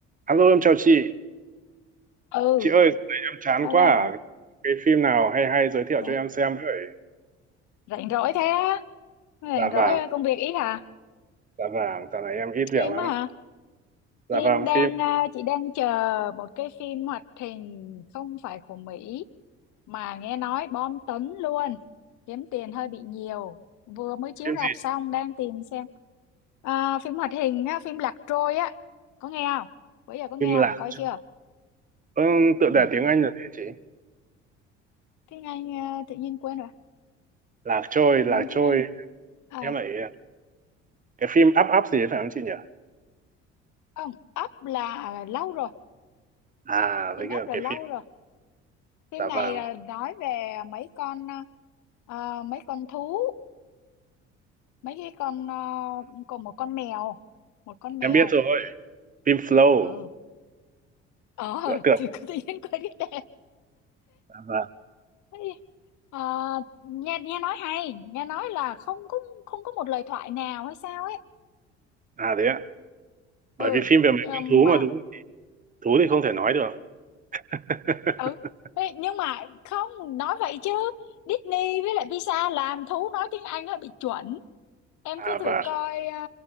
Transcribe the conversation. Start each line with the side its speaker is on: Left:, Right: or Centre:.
Right: Alo em chào chị.
Left: ừ
Right: Chị ơi, em chán
Left: alo
Right: quá à. Cái phim nào hay hay giới thiệu
Left: dạ.
Right: cho em xem với.
Left: rảnh rỗi thế á rảnh
Right: Dạ
Left: rỗi
Right: vàng,
Left: ờ, công việc ít hả
Right: dạ vàng, dạo này em ít việc
Left: phim
Right: lắm
Left: á
Right: ạ.
Left: hả
Right: Dạ
Left: phim
Right: vàng
Left: đang
Right: phim,
Left: ờ, chị đang chờ một cái phim hoạt hình không phải của Mỹ mà nghe nói bom tấn luôn kiếm tiền hơi bị nhiều vừa mới chiếu
Right: phim
Left: rạp
Right: gì?
Left: xong đang tìm xem Ờ, phim hoạt hình á phim Lạc Trôi á có nghe không bây giờ có nghe
Right: Phim Lạc.
Left: không coi chưa
Right: Trôi. Ừ, tựa
Left: ừ.
Right: đề tiếng Anh là gì chị?
Left: tiếng Anh ờ, tự nhiên quên rồi
Right: Lạc trôi,
Left: tự
Right: lạc
Left: nhiên tiếng
Right: trôi.
Left: Anh à
Right: Em lại cái phim Up Up gì ấy, phải không chị nhỉ?
Left: không Up là lâu rồi
Right: À,
Left: phim
Right: thấy cái
Left: Up là
Right: cái
Left: lâu
Right: phim
Left: rồi phim
Right: Dạ
Left: này
Right: vàng.
Left: là nói về mấy con ờ, mấy con thú mấy cái con uh, còn một con mèo một con mèo
Right: Em biết rồi. Phim Flow,
Left: ừ ờ <laughs>
Right: tựa tựa.
Left: thì cứ tự nhiên quên cái tên
Right: Dạ vàng.
Left: Thế thì, ờ, nghe nghe nói hay nghe nói là không có không có một lời thoại nào hay sao ấy
Right: À đấy ạ. Bởi
Left: ừ
Right: vì phim về mấy
Left: ờ,
Right: con
Left: mà
Right: thú mà đúng. Thú thì không thể nói được. <laughs>
Left: ừ Ê, nhưng mà không nói vậy chứ Disney với lại Pixar làm thú nói tiếng Anh hơi bị chuẩn em
Right: À
Left: cứ thử
Right: và
Left: coi ờ,